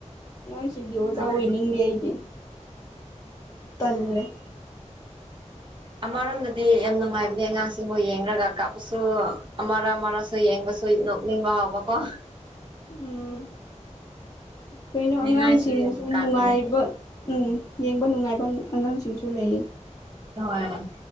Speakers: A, on the left; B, on the right.
A: ꯅꯪ ꯁꯤꯗꯤ ꯑꯣꯖꯥ
B: ꯍꯣꯏ
A: ꯑꯣꯏꯅꯤꯡꯗꯦ ꯑꯩꯗꯤ ꯇꯜꯂꯦ
B: ꯑꯃꯔꯣꯝꯗꯗꯤ ꯌꯥꯝ ꯅꯨꯡꯉꯥꯏꯕꯅꯦ ꯑꯉꯥꯡꯁꯤꯕꯨꯣꯏ ꯌꯦꯡꯂꯡꯉꯒ ꯀꯥꯞꯄꯁꯨ ꯑꯃꯔ ꯑꯃꯔꯁꯨ ꯌꯦꯡꯕꯁꯨ ꯅꯤꯡꯕ ꯍꯕ ꯀꯣ
A: ꯎꯝ ꯀꯩꯅꯣ
B: ꯅꯤꯡꯉꯥꯏꯁꯨ
A: ꯑꯉꯥꯡꯁꯤꯡꯁꯨ
B: ꯌꯥꯝ ꯀꯥꯟꯕꯅꯦ
A: ꯅꯨꯡꯉꯥꯏꯕ ꯎꯝ ꯌꯦꯡꯕ ꯅꯨꯡꯉꯥꯏꯕ ꯑꯉꯥꯡꯁꯤꯡꯁꯨ ꯂꯩꯌꯦ
B: ꯍꯣꯏ